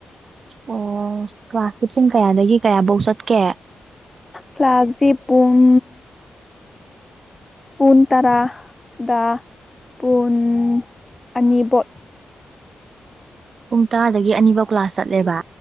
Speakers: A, on the right (about 55°); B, on the left (about 15°).
A: ꯑꯣ ꯀ꯭ꯂꯥꯁꯇꯤ ꯄꯨꯡ ꯀꯌꯥꯗꯒꯤ ꯀꯌꯥꯐꯧ ꯆꯠꯀꯦ
B: ꯀ꯭ꯂꯥꯁꯗꯤ ꯄꯨꯡ ꯄꯨꯡ ꯇꯔꯥꯗ ꯄꯨꯡ ꯑꯅꯤꯕꯧ
A: ꯄꯨꯡ ꯇꯔꯥꯗꯒꯤ ꯑꯅꯤꯐꯧ ꯀ꯭ꯂꯥꯁ ꯆꯠꯂꯦꯕ